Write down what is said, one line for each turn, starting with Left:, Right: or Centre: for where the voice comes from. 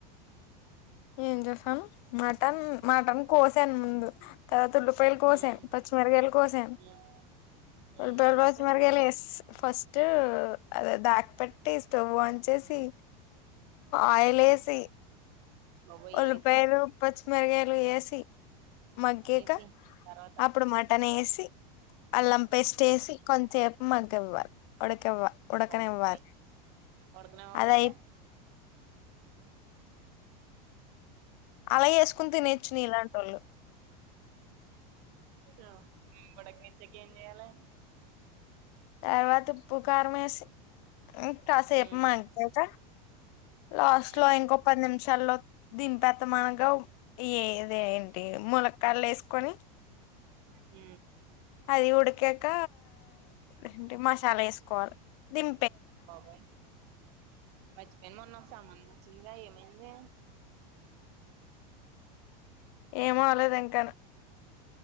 Left: ఏం చేసాను మటన్ మటన్ కోసాను ముందు తర్వాత ఉల్లిపాయల కొసను
Right: హ్మ్
Left: పచ్చిమిరపకాయలు కొసను
Right: హ్మ్ హ్మ్
Left: ఉల్లిపాయలు
Right: కోసి
Left: పచ్చిమిరపకాయలు ఎస్ ఫస్ట్ దాక పెట్టి స్టవ్ ఆన్ చేసి ఆయిలేసి ఎసి
Right: బాబోయ్
Left: ఉల్లిపాయలు
Right: ఏసి
Left: పచ్చిమిరగాయలు వేసి మగ్గక
Right: ఏసి తర్వాత
Left: అప్పుడు మటన్ వేసి అల్లం పేస్ట్ వేసి కొంచే సాపు మగ్గివ్వాలి ఉడకివ్వాలి ఉడకనివ్వాలి
Right: బాబోయ్ ఉడకనివ్వకపోతే
Left: అది అలా వేసుకుని తినచ్చు నీలాంటోళ్లు
Right: ఉ ఉడకనిచ్చాక ఏం చేయాలి
Left: తర్వాత ఉప్పు కారం వేసి కాసేపు
Right: హ్మ్
Left: మగ్గాక లాస్ట్
Right: హ్మ్
Left: లో ఇంకో పది నిమిషాల్లో దింపేస్తున్నాం అనగా ఏది ఏంటి ములక్కయలు వేసుకొని
Right: ఉ
Left: అది ఉడికాక ఏంటి మసాలా వేసుకోవాలి దిం
Right: బాబాయ్ మర్చిపోయాను మొన్నో సంబంధం వచ్చిందిగా ఏమైంది
Left: ఏమ అవలేదు ఇంకాని